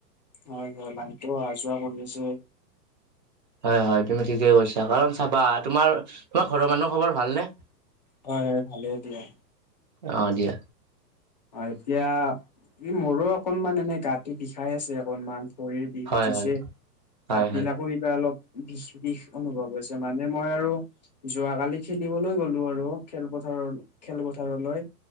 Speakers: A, on the left (about 30°); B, on the right (about 30°).
A: হয়, হয় লাইনটো অহা যোৱা কৰি আছে।
B: হয়, হয় তুমি ঠিকে কৈছা কাৰণ চাবা তোমাৰ তোমাৰ ঘৰৰ মানুহ খবৰ ভালনে?
A: হয়, হয় ভালে দিয়া।
B: অ' দিয়।
A: অ' এতিয়া ই মোৰো অকনমান এনে গাটো বিষাই আছে অকনমান। ভৰিৰ বিষ
B: হয়,
A: উঠিছে,
B: হয়, হয়,
A: হাত বিলাকো
B: হয়।
A: কিবা অলপ বিষ বিষ অনুভৱ হৈছে, মানে মই আৰু যোৱাকালি খেলিবলৈ গ'লো আৰু খেলপথাৰৰ খেলপথাৰলৈ।